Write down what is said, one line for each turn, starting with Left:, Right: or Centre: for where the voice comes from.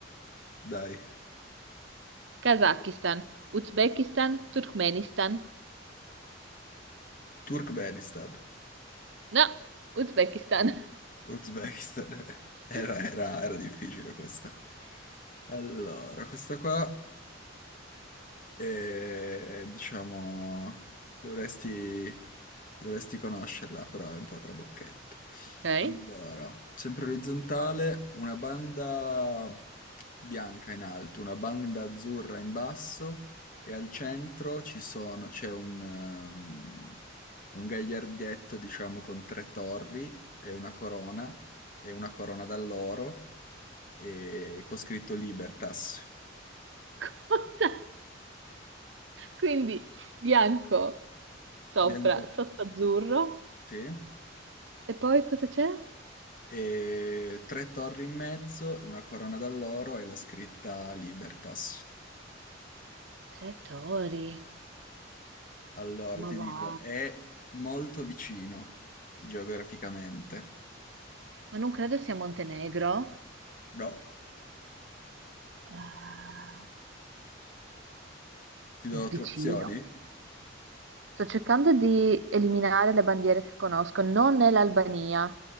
Left: dai.
Right: Kazakistan, Uzbekistan, Turkmenistan.
Left: Turkmenistan.
Right: No, Uzbekistan.
Left: Uzbekistan. <laughs>
Right: <laughs>
Left: Era, era era difficile questa. Allora, questa qua. E diciamo, dovresti, dovresti conoscerla, però è un po' trabocchetto.
Right: Ok.
Left: Allora, sempre orizzontale, una banda bianca in alto, una banda azzurra in basso e al centro ci sono, c'è un, ehm, un gagliardetto, diciamo, con tre torri e una corona e una corona d'alloro e con scritto Libertas.
Right: Cosa? Quindi bianco sopra,
Left: Bianca,
Right: sotto azzurro.
Left: sì.
Right: E poi cosa c'era?
Left: e tre torri in mezzo, una corona d'alloro e la scritta Libertas.
Right: Tre tori.
Left: Allora, ti
Right: Ma
Left: dico,
Right: va.
Left: è molto vicino geograficamente.
Right: Ma non credo sia Montenegro.
Left: No,
Right: Ah,
Left: ti do
Right: vicino.
Left: tre opzioni?
Right: Sto cercando di eliminare le bandiere che conosco. Non è l'Albania,